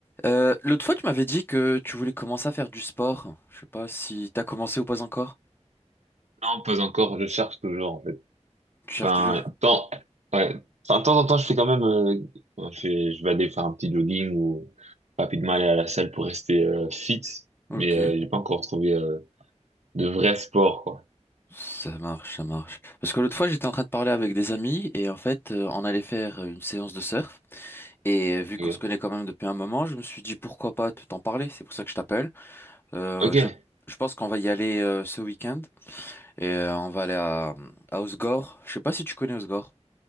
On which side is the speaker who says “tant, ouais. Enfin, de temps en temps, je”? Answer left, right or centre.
Right